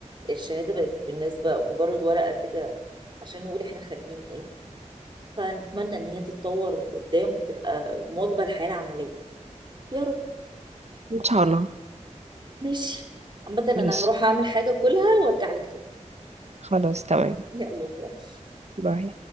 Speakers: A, on the right; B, on the right.
A: الشهادة بقت بالنسبة مجرد ورقة كده عشان نقول إحنا خارجين إيه فنتمنى إن هي تتطور قدام وتبقى مواكبة للحياة العملية يا رب
B: ان شاء الله
A: ماشي عامة أنا
B: ماشي
A: هروح أعمل حاجة كلها وأرجع لك تاني
B: خلاص تمام
A: <laughs> يلا باي
B: باي